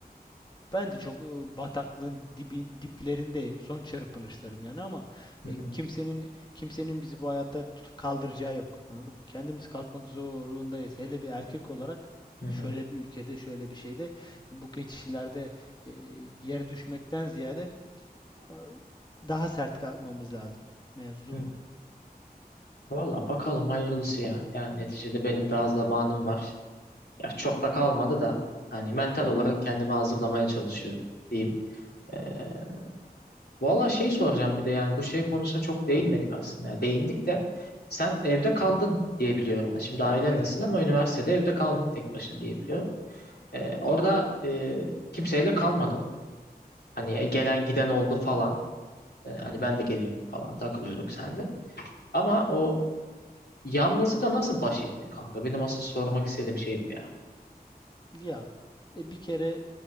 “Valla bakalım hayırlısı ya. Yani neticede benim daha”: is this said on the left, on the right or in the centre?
Left